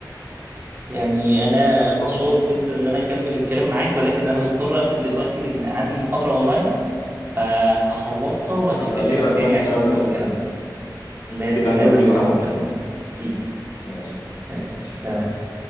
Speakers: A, on the right; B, on the left.
A: يعني انا متشوق
B: بص
A: جدا ان انا اكمل الكلام معاك ولكن انا مضطر اقفل دلوقتي لان عندي محاضرة اونلاين فهخلصها وهكلمك
B: بس كده هنكمل
A: تاني عشان
B: كلامنا
A: نكمل
B: ده
A: كلامنا لازم
B: كده هنكمله
A: لازم نكمل
B: ها
A: كلامنا اكيد
B: ماشي
A: ماشي
B: ماشي
A: تمام